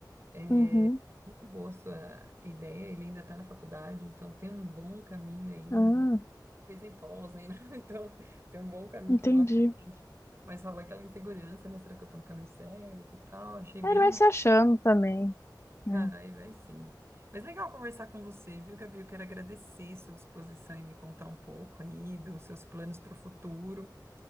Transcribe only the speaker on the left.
Uhum.
Ah,
entendi.
É, Ele vai se achando também.
né?